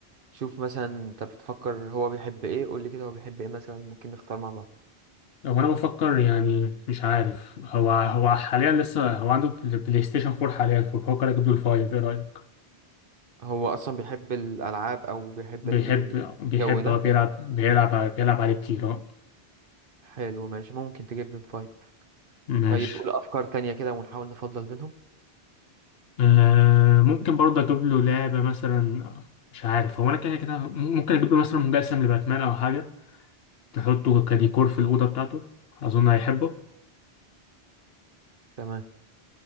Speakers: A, on the right; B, on the left.
A: شوف مثلا انت بتفكر هو بيحب ايه قول لي كده هو بيحب ايه مثلا ممكن نختار مع بعض
B: هو انا بفكر يعني مش عارف هو هو حاليا لسه هو عنده بل- بلاي ستيشن 4 حاليا فبفكر اجيب له الفايف ايه رأيك؟
A: هو اصلا بيحب الالعاب او بيحب
B: بيحب
A: الجو
B: بيحب
A: ده
B: هو بيلعب بيلعب بيلعب عليه كتير اه
A: حلو ماشي ممكن تجيب لي الفايل
B: ماشي
A: طيب قول افكار تانية كده ونحاول نفضل بينهم
B: آه ممكن برضه اجيب له لعبه مثلا مش عارف هو انا كده كده ممكن اجيب له مثلا مجسم لباتمان او حاجه تحطه كديكور في الاوضه بتاعته اظن هيحبه
A: تمام